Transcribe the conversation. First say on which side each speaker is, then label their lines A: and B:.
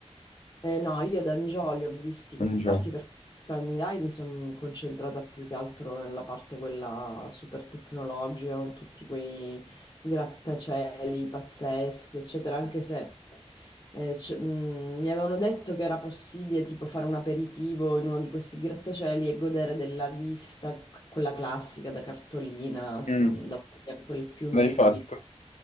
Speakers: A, on the left (about 35°); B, on the left (about 80°).
A: Eh, no, io ad Angioli ho visti questi
B: Hangzhou.
A: parchi perché a Shanghai mi sono concentrata più che altro nella parte quella super tecnologica, con tutti quei grattacieli pazzeschi, eccetera, anche se eh, c- mh, mi avevano detto che era possibile tipo fare un aperitivo in uno di questi grattacieli e godere della vista, quella classica da cartolina, s-
B: Mm,
A: mhmm, davanti a quel fiume
B: l'hai
A: che
B: fatto?
A: divide